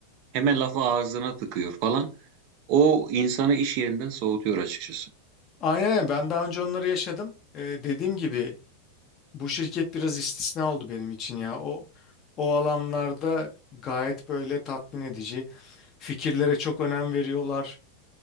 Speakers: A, on the right; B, on the left.
A: Hemen lafı ağzına tıkıyor falan. O insanı iş yerinden soğutuyor açıkçası.
B: Aynen aynen. ben daha önce onları yaşadım. Eee, dediğim gibi bu şirket biraz istisna oldu benim için ya. O o alanlarda gayet böyle tatmin edici. Fikirlere çok önem veriyorlar.